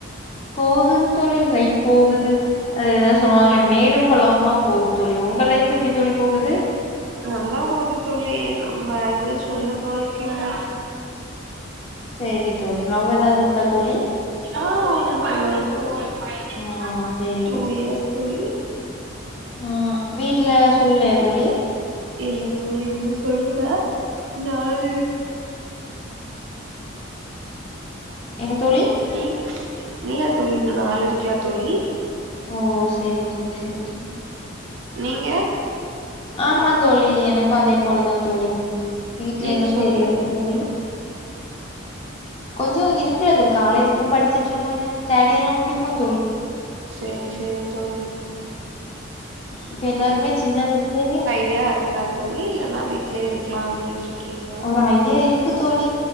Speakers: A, on the left (about 30°); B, on the right (about 60°).
A: போகுது தோழி லைஃப் போகுது அது ஏதா சொல்லுவாங்களே மேடும் பள்ளமுமா போகுது தோழி உங்க லைஃப் எப்டி தோழி போகு
B: சரி நல்லா போது தோழி நம் வேற எது சொல்லுற அளவு இல்ல
A: சரி தோழி லவ் ஏதாது உண்டா தோழி
B: ஆ உண்டு தோழி உண்டு தோழி
A: ஆ சேரி
B: டூ இயர்ஸ் தோழி
A: ம் வீட்ல சொல்லலையா தோழி
B: இல்ல தோழி இன்னு சொல்லல நாலு
A: என்ன தோழி
B: நீ இல்ல தோழி இன்னு நாள் இருக்குல தோழி
A: ஓ செரி தோழி செரி தோழி
B: நீங்க
A: ஆமா தோழி எனக்கு அதே போலதா தோழி வீட்ல
B: நீங்க
A: இன்னு
B: சொல்லல
A: தெரியாது தோழி கொஞ்சோ இருக்குல அது ஒரு காலேஜ் இப்பவு படிச்சுட்டு இருக்கோ இன்னு தேர்ட் இயர்ல்லா முடிப்போ தோழி.
B: சேரி சேரி தோழி
A: இப்ப எல்லார்மே சின்ன வயசுலயே
B: தியா அருக்குறா தோழி இல்லேன்னா வீட்லயே இருக்லா அப்டின்ருக்கீங்களா
A: ஒரு ஐடியா இருக்கு தோழி